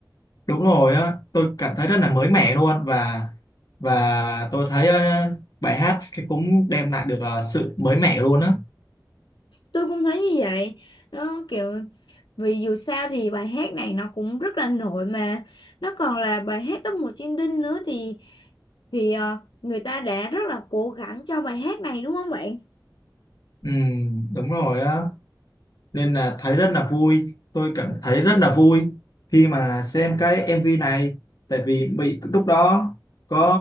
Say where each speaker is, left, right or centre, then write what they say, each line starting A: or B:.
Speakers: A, on the left; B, on the left.
A: đúng rồi á tôi cảm thấy rất là mới mẻ luôn và và tôi thấy ờ, bài hát cái cũng đem lại được ờ, sự mới mẻ luôn á
B: tôi cũng thấy như vậy nó kiểu vì dù sao thì bài hát này nó cũng rất là nổi mà nó còn là bài hát top 1 trên Đinh nữa thì thì ờ, người ta đã rất là cố gắng cho bài hát này đúng không bạn?
A: ừ, đúng rồi á nên là thấy rất là vui tôi cảm thấy rất là vui khi mà xem cái MV này tại vì bị lúc đó có